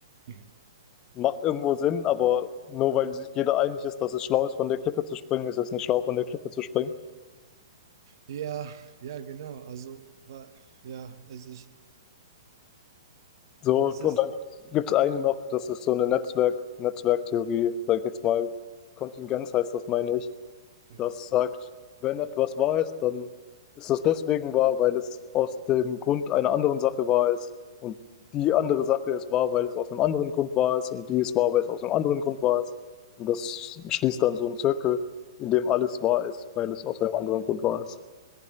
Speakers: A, on the right; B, on the left.
A: Mhm.
B: Macht irgendwo Sinn, aber nur weil sich jeder einig ist, dass es schlau ist, von der Klippe zu springen, ist es nicht schlau, von der Klippe zu springen.
A: Ja, ja, genau. Also war, ja, es ist,
B: So,
A: es ist,
B: und dann gibt es eine noch, das ist so eine Netzwerk, Netzwerktheorie, sag ich jetzt mal, Kontingenz heißt das, meine ich.
A: hm,
B: Das sagt, wenn etwas wahr ist, dann ist das deswegen wahr, weil es aus dem Grund einer anderen Sache wahr ist. Und die andere Sache ist wahr, weil es aus einem anderen Grund wahr ist. Und die ist wahr, weil es aus einem anderen Grund wahr ist. Und das schließt dann so einen Zirkel, in dem alles wahr ist, weil es aus einem anderen Grund wahr ist.